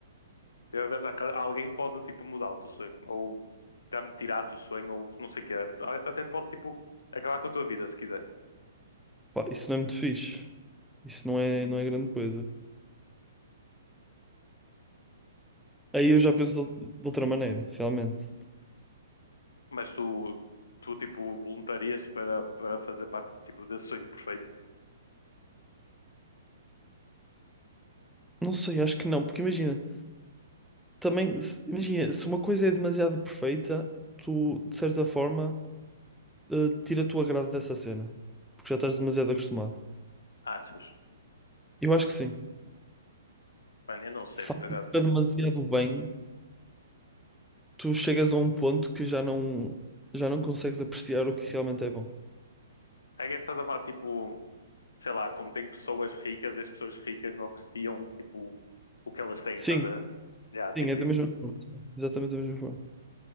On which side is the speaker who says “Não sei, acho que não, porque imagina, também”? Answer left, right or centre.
Centre